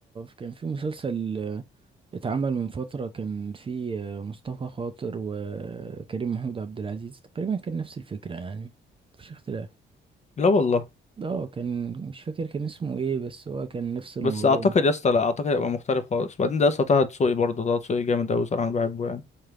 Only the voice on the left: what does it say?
لا والله
بس اعتقد يا اسطى لا اعتقد هيبقى مختلف خالص بعدين ده يا اسطى طه دسوقي برضه طه دسوقي جامد اوي صراحه انا بحبه يعني